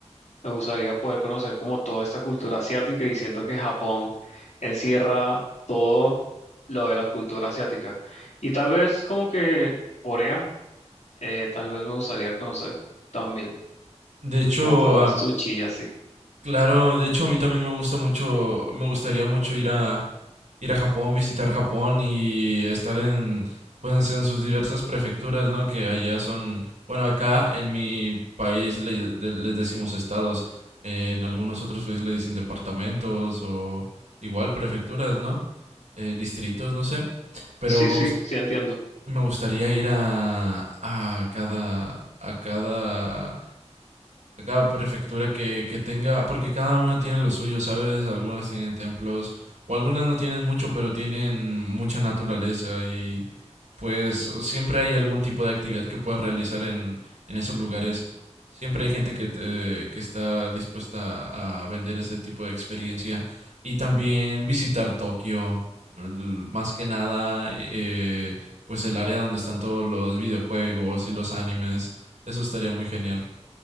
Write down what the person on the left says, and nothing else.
Me gustaría poder conocer como toda esta cultura asiática y siento que Japón encierra todo lo de la cultura asiática. Y tal vez como que Corea, eh, tal vez me gustaría conocer también,
como probar
sushi y así.
Sí,
sí,
sí entiendo.